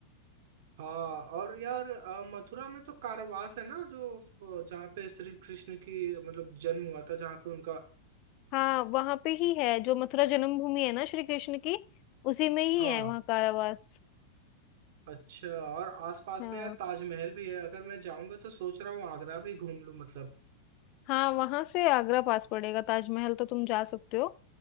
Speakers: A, on the right; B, on the left.
A: हाँ और यार अ, मथुरा में तो कारावास है ना जो अ, जहाँ पे श्री कृष्ण की मतलब जन्म हुआ था जहाँ पे उनका
B: हाँ वहां पे ही है जो मथुरा जन्मभूमि है ना श्री कृष्ण की उसी में ही
A: हाँ
B: है वहाँ कारावास
A: अच्छा और आसपास
B: हाँ
A: में यार ताजमहल भी है अगर मैं जाऊंगा तो सोच रहा हूँ आगरा भी घूम लूँ मतलब
B: हाँ वहां से आगरा पास पड़ेगा ताजमहल तो तुम जा सकते हो